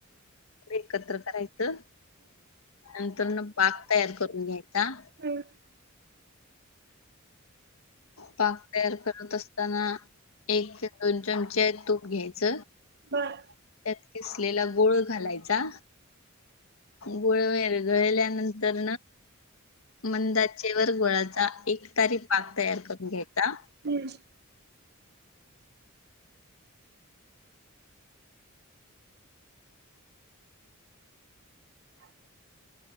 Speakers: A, on the left; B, on the right.
A: एकत्र करायचं. नंतर न पाक तयार करून घ्यायचा.
B: हम्.
A: पाक तयार करत असताना. एक ते दोन चमचे तूप घ्यायच.
B: बर
A: त्यात खिसलेला गोळ घालायचा. गुळ विरघळण्यनंतर मंदा अचेवर गोळाचा एकतारी पाक तयार करून घ्यायचा.
B: हम्म. का?